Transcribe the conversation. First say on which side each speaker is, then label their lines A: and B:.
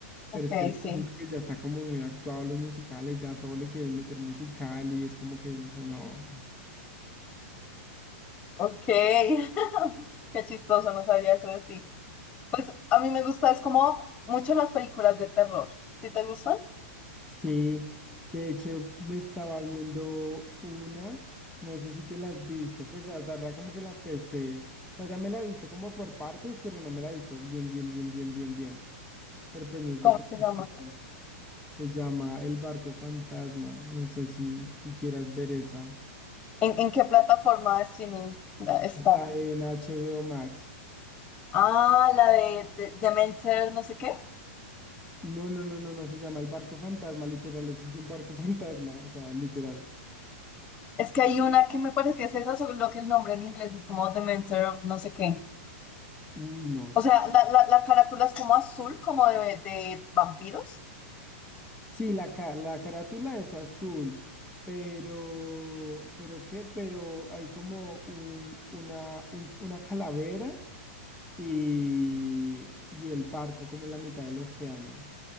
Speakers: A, in the centre; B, on the left.
A: Pero
B: Ok,
A: es que ahorita
B: sí.
A: siento que ya está como muy actuado los musicales, ya todo le quieren meter musical y es como que, o sea, no.
B: Ok, <laughs> qué chistoso, no sabía eso de ti. A mí me gusta, es como mucho las películas de terror. ¿Sí te gustan?
A: Sí, de hecho me estaba viendo una, no sé si te la has visto, pues hasta la como que la empecé, o sea, ya me la he visto como por partes, pero no me la he visto bien, bien, bien, bien, bien, bien, pero pues no es
B: ¿Cómo
A: de terror,
B: se llama?
A: terror. Se llama El Barco Fantasma, no sé si, si quieras ver esa.
B: ¿En, en qué plataforma de streaming la- está?
A: Está en HBO Max.
B: Ah, la de, de- Dementor, no sé qué.
A: No, no, no, no, no se llama el barco fantasma, literal, es de un barco <laughs> fantasma, o sea, literal.
B: Es que hay una que me parece que es esa, solo que el nombre en inglés es como Dementor of no sé qué.
A: Uy, no. s-
B: O sea, la, la, la carátula es como azul, como de, de vampiros.
A: Sí, la, ca- la carátula es azul, pero, pero qué, pero hay como un, una, un- una calavera y, y el barco como en la mitad del océano.